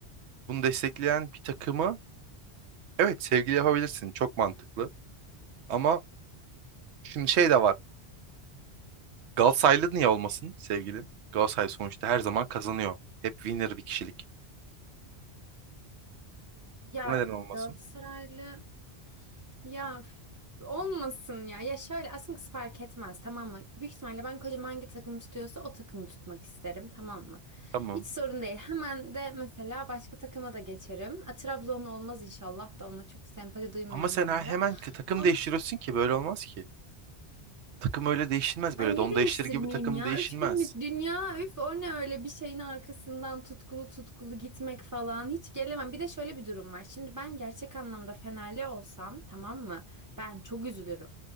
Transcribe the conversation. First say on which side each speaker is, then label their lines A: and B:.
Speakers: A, on the right; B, on the right.
A: Bunu destekleyen bir takımı evet sevgili yapabilirsin. Çok mantıklı. Ama şimdi şey de var. Galatasaraylı niye olmasın sevgilin? Galatasaray sonuçta her zaman kazanıyor. Hep winner bir kişilik.
B: Ya
A: Bu neden olmasın?
B: Galatasaraylı Ya üf, olmasın ya. Ya şöyle aslında kız fark etmez tamam mı? Büyük ihtimalle ben kocam hangi takım tutuyorsa o takımı tutmak isterim tamam mı?
A: Tamam.
B: Hiç sorun değil. Hemen de mesela başka takıma da geçerim. A, Trabzonlu olmaz inşallah da ona çok sempati duymuyorum
A: Ama sen
B: onlara.
A: he- hemen k- takım
B: Ama
A: değiştiriyorsun ki böyle olmaz ki. Takım öyle değişilmez
B: ay
A: böyle.
B: niye
A: Don
B: değiştirmeyeyim
A: değiştir gibi takım
B: ya?
A: değişilmez.
B: Üç günlük dünya üf o ne öyle bir şeyin arkasından tutkulu tutkulu gitmek falan hiç gelemem. Bir de şöyle bir durum var. Şimdi ben gerçek anlamda Fenerli olsam tamam mı? Ben çok üzülürüm.